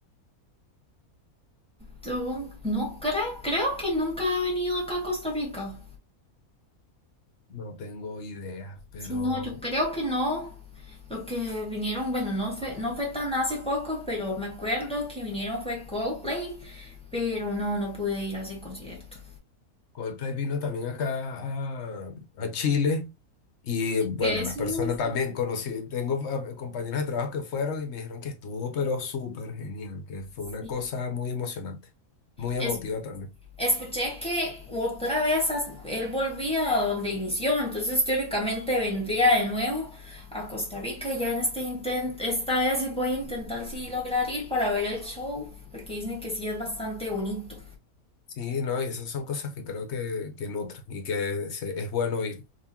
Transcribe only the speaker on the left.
No tengo idea, pero
Coldplay vino también acá a, a Chile. Y bueno,
las personas
también conocí, tengo ah, compañeros de trabajo que fueron y me dijeron que estuvo, pero súper genial, que fue
una cosa muy emocionante, muy emotiva
también.
Sí, no, y esas son cosas que creo que, que nutren y que se- es bueno ir.